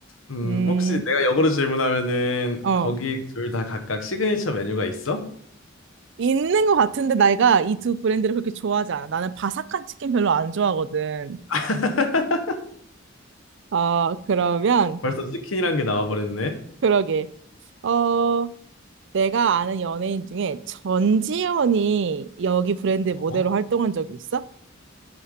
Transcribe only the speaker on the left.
음,
혹시 내가 역으로 질문하면은
거기 둘 다 각각 시그니처 메뉴가 있어?
<laughs>
벌써 치킨이란 게 나와버렸네.
어?